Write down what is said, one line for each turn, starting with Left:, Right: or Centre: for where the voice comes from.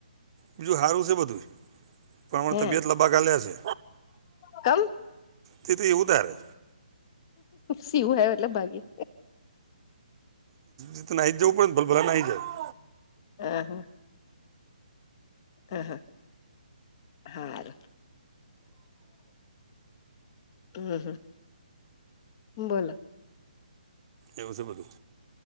Right: બીજું હારું છેય બધું પણ હમાણા
Left: હે
Right: તબિયત લબાકા લે છે
Left: કમ
Right: તે તો એવું ધારે
Left: સીવું આવ્યો એટલે ભાગી
Right: એ તો નાહી જ જવું પડે ને ભલભલા નાહી જાય
Left: હે હેઅ હે હ હા હારુ હમ્મ હ બોલો
Right: એવું શે બધું